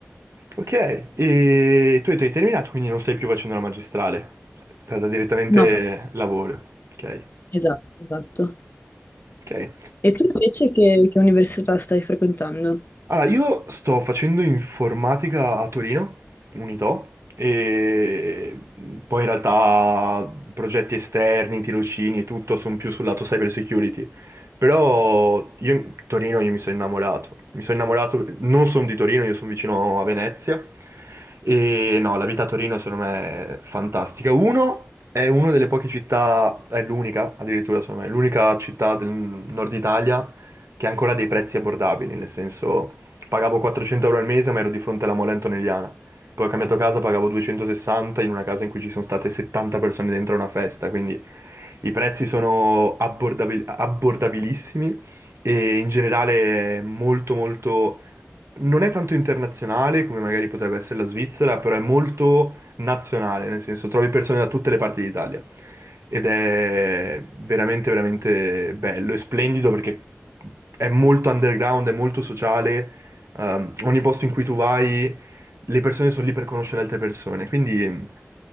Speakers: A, on the right (about 70°); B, on the left (about 45°).
A: Ok, e tu hai tu hai terminato, quindi non stai più facendo la magistrale, è stata direttamente
B: No,
A: lavoro. Ok,
B: esatto, esatto.
A: ok.
B: E tu invece che, che università stai frequentando?
A: Allora, io sto facendo informatica a Torino, Unitò, e poi in realtà progetti esterni, tirocini e tutto sono più sul lato cyber security. Però io, Torino, io mi sono innamorato. Mi sono innamorato, non sono di Torino, io sono vicino a Venezia. E no, la vita a Torino secondo me è fantastica. Uno, è una delle poche città, è l'unica addirittura, secondo me, è l'unica città del nord Italia che ha ancora dei prezzi abbordabili, nel senso... Pagavo 400 euro al mese, ma ero di fronte alla mole antonelliana. Poi ho cambiato casa, pagavo 260 in una casa in cui ci sono state 70 persone dentro a una festa, quindi i prezzi sono abbordabil- abbordabilissimi e in generale è molto molto... Non è tanto internazionale come magari potrebbe essere la Svizzera, però è molto nazionale, nel senso trovi persone da tutte le parti d'Italia. Ed è veramente, veramente bello e splendido perché è molto underground, è molto sociale ehm, ogni posto in cui tu vai, le persone sono lì per conoscere altre persone. Quindi mh,